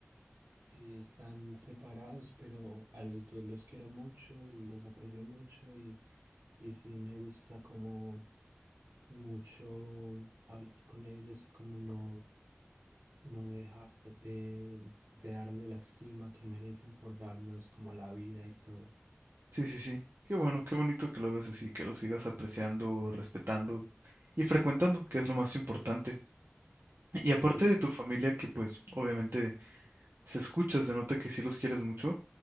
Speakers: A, on the right; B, on the right.
A: Sí, están separados, pero a los dos los quiero mucho y los aprecio mucho y, y sí me gusta como mucho hablar con ellos y como no no dejar de, de darle la estima que merecen por darnos como la vida y todo.
B: Sí, sí, sí. Qué bueno, qué bonito que lo ves así, que lo sigas apreciando, respetando y frecuentando, que es lo más importante. Y
A: Sí,
B: aparte de tu familia, que pues obviamente se escucha, se nota que sí los quieres mucho,